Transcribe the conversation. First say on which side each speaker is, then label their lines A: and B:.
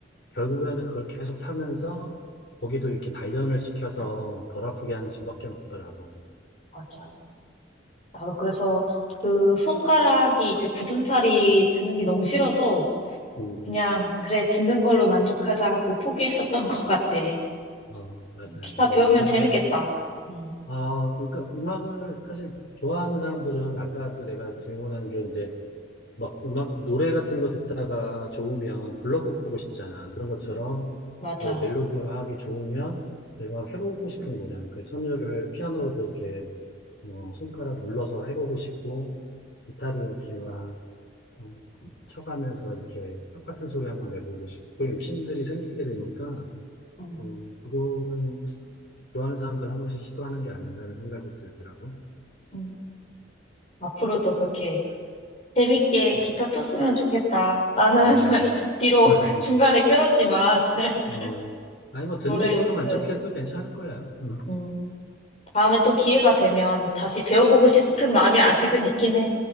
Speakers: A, on the left; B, on the left.
A: 결국에는 그걸 계속 타면서 거기도 이렇게 단련을 시켜서 덜 아프게 하는 수밖에 없더라고.
B: 맞아. 나도 그래서 그 손가락이 이제 굳은살이 드는 게 너무 싫어서
A: 음,
B: 그냥 그래, 듣는 걸로 만족하자 하고 포기했었던 것 같아.
A: 어, 맞아요.
B: 기타
A: 그리고
B: 배우면
A: 그거는,
B: 재밌겠다. 음,
A: 어, 그러니까 음악을 사실 좋아하는 사람들은 아까도 내가 질문한 게 이제 막 음악, 노래 같은 거 듣다가 좋으면 불러보고 싶잖아. 그런 것처럼
B: 맞아.
A: 이제 멜로디가학이 좋으면 내가 해보고 싶은 거잖아. 그 선율을 피아노로도 이렇게 뭐 손가락 눌러서 해보고 싶고, 기타도 이렇게 막 음, 쳐가면서 이렇게 똑같은 소리 한번 내보고 싶고, 그런 욕심들이 생기게 되니까,
B: 음,
A: 음, 그거는 좋아하는 사람들 한 번씩 시도하는 게 아닌가 하는 생각이 들더라고.
B: 음. 앞으로도 그렇게 재밌게
A: 음,
B: 기타 쳤으면 좋겠다. 나는
A: 어.
B: <laughs> 비록
A: <laughs>
B: 중간에 끊었지만 <laughs>
A: 어, 아니, 뭐, 듣는
B: 노래,
A: 걸로
B: 음,
A: 만족해도 괜찮을 거야. 응.
B: 음. 다음에 또 기회가 되면 다시 배워보고 싶은 마음이 아직은 있긴 해.